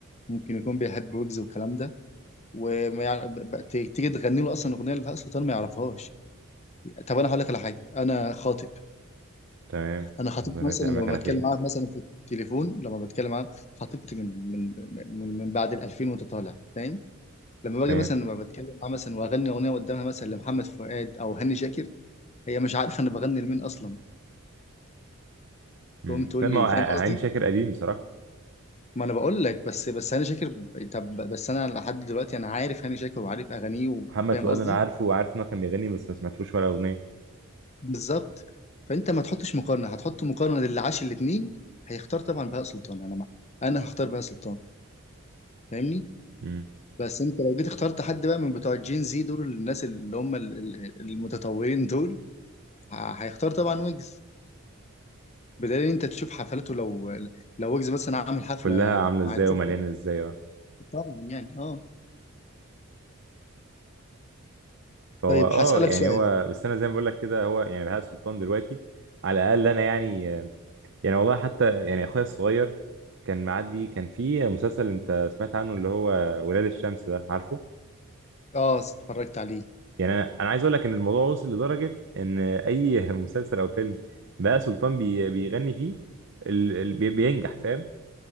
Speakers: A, on the left; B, on the right.
A: ممكن يكون بيحب ويجز والكلام ده وما يع... ب- ب- ت- تيجي تغني له اصلا اغنيه لبهاء سلطان ما يعرفهاش طب انا هقول لك على حاجه انا خاطب
B: تمام
A: انا خطيبتي
B: ربنا
A: مثلا
B: يتأملك
A: لما
B: على
A: بتكلم
B: خير
A: معاها مثلا في التليفون لما بتكلم معاها خطيبتي من من من, من بعد ال 2000 وانت طالع فاهم لما باجي
B: تمام
A: مثلا لما بتكلم معاها مثلا واغني اغنيه قدامها مثلا لمحمد فؤاد او هاني شاكر هي مش عارفه انا بغني لمين اصلا
B: مم.
A: تقوم تقول
B: لا ما
A: لي
B: هو ع-
A: فاهم قصدي
B: عين شاكر قديم بصراحه
A: ما انا بقول لك بس بس هاني شاكر طب بس انا لحد دلوقتي انا عارف هاني شاكر وعارف اغانيه وفاهم
B: محمد فؤاد
A: قصدي
B: انا عارفه وعارف ان هو كان بيغني بس ما سمعتلوش ولا اغنيه
A: بالظبط فانت ما تحطش مقارنه هتحط مقارنه للي عاش الاثنين هيختار طبعا بهاء سلطان انا مع... انا هختار بهاء سلطان فاهمني
B: مم.
A: بس انت لو جيت اخترت حد بقى من بتوع الجين زي دول الناس اللي هم ال- ال- المتطورين دول ه- هيختار طبعا ويجز بدليل إن انت تشوف حفلاته لو لو ويجز مثلا عامل حفله
B: كلها عامله ازاي
A: هتشوف
B: ومليانه ازاي اه.
A: طبعا يعني اه
B: فهو
A: طيب
B: اه
A: هسألك
B: يعني
A: سؤال
B: هو بس انا زي ما بقول لك كده هو يعني بهاء سلطان دلوقتي على الاقل انا يعني يعني والله حتى يعني اخويا الصغير كان معدي كان في مسلسل انت سمعت عنه اللي هو ولاد الشمس ده عارفه
A: اه اتفرجت عليه
B: يعني انا انا عايز اقول لك ان الموضوع وصل لدرجه ان اي <laughs> مسلسل او فيلم بقى سلطان بي بيغني فيه ال... ال... بي- بينجح فاهم